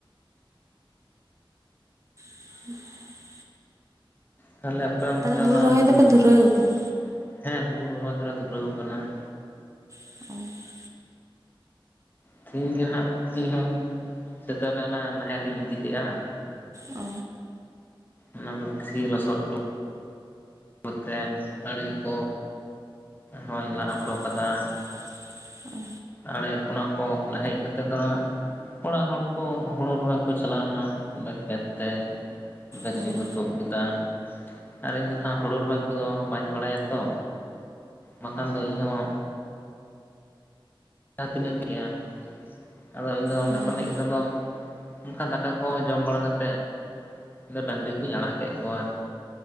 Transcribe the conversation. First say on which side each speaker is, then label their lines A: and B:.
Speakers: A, on the right; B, on the left.
A: <inaudible>
B: ᱛᱟᱦᱚᱞᱮ ᱟᱯᱮ ᱚᱱᱛᱮ
A: ᱛᱟᱦᱚᱞᱮ ᱦᱩᱲᱩ
B: ᱚᱱᱟ
A: ᱨᱚᱦᱚᱭ ᱫᱚᱯᱮ ᱫᱷᱩᱨᱟᱹᱣ
B: <inaudible>
A: ᱟᱠᱟᱱᱟ
B: ᱦᱮᱸ ᱦᱩᱲᱩ ᱨᱚᱦᱚᱭ ᱫᱚᱞᱮ ᱫᱷᱩᱨᱟᱹᱣ ᱟᱠᱟᱱᱟ ᱾
A: <inaudible>
B: ᱛᱮᱦᱤᱧ ᱜᱮ ᱦᱟᱜ ᱤᱧᱦᱚᱸ ᱥᱮᱛᱟᱜ ᱨᱮ ᱚᱱᱮ ᱱᱟᱦᱮᱞᱤᱧ ᱤᱫᱤ ᱞᱮᱫᱼᱟ ᱾
A: ᱚ
B: ᱚᱱᱟ ᱫᱚ ᱠᱤᱥᱤ ᱞᱚᱥᱚᱫ ᱴᱩ <inaudible> ᱦᱚᱧ ᱞᱟ ᱦᱚᱴᱚ
A: ᱵᱚᱨᱱᱚ
B: ᱠᱟᱫᱟ
A: ᱦᱚᱴᱚ ᱠᱟᱫᱟ ᱚ
B: ᱟᱲᱮ ᱚᱱᱟ ᱠᱚ ᱛᱟᱦᱮᱡ ᱠᱟᱛᱮᱫ ᱫᱚ ᱱᱟᱜ ᱚᱲᱟᱜ ᱦᱚᱲ ᱠᱚ ᱦᱳᱲᱳ ᱨᱚᱦᱚᱭ ᱠᱚ ᱪᱟᱞᱟᱣ ᱱᱟ ᱚᱸᱰᱮ ᱠᱷᱮᱛ ᱛᱮ ᱾ ᱜᱟᱹᱪᱷᱤ
A: ᱦᱮᱸ
B: ᱜᱚ ᱛᱩᱫ ᱠᱮᱫᱟ ᱟᱨ ᱤᱧᱫᱚ ᱦᱟᱸ ᱦᱳᱲᱳ ᱨᱚᱦᱚᱭ ᱠᱚᱫᱚ ᱵᱟᱹᱧ ᱵᱟᱲᱟᱭᱟ ᱛᱚ ᱵᱟᱠᱷᱟᱱ ᱫᱚ ᱤᱧᱦᱚᱸ ᱡᱟᱦᱟᱸ ᱛᱤᱱᱟᱹᱜ ᱜᱮᱭᱟ ᱾ ᱟᱫᱚ ᱤᱧ ᱫᱚ ᱚᱸᱰᱮ
A: ᱦᱮᱸ
B: ᱠᱷᱚᱱ ᱦᱮᱡ ᱠᱟᱛᱮᱫ ᱫᱚ ᱚᱱᱠᱟ ᱫᱟᱠᱟ ᱠᱚ ᱡᱚᱢ ᱵᱟᱲᱟ ᱠᱟᱛᱮᱫ ᱾ ᱤᱧ ᱫᱚ ᱰᱟᱹᱝᱨᱤ ᱠᱩᱧ ᱟᱲᱟᱜ ᱠᱮᱫ ᱠᱚᱣᱟ ᱾